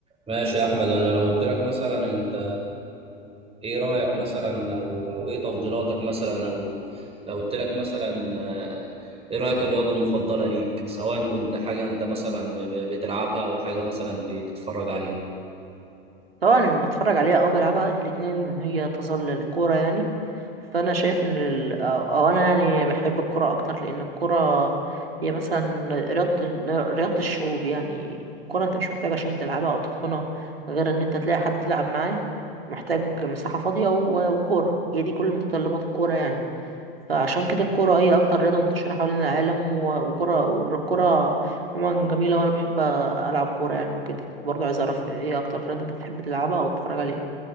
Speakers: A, on the right; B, on the right.
A: ماشي يا احمد انا لو قلت لك مثلا انت ايه رايك مثلا او او ايه تفضيلاتك مثلا او لو قلت لك مثلا آه، ايه رايك الرياضه المفضله ليك سواء كنت حاجه انت مثلا ب- ب- بتلعبها او حاجه مثلا بتتفرج عليها
B: طبعا بتفرج عليها او بلعبها الاتنين هي تظل الكوره يعني فانا شايف ان ال... او أو انا يعني بحب الكوره اكتر لان الكوره هي مثلا رياضه ال... رياضه الشعوب يعني الكوره انت مش محتاج عشان تلعبها او تتقنها غير ان انت تلاقي حد تلعب معاه محتاج مساحه فاضيه و... وكوره هي دي كل متطلبات الكوره يعني فعشان كده الكورة هي أكتر رياضة منتشرة حوالين العالم و- وكرة والكرة عموما جميلة وأنا بحب ألعب كورة يعني وكده برضه عايز أعرف إيه أكتر رياضة أنت بتحب تلعبها أو تتفرج عليها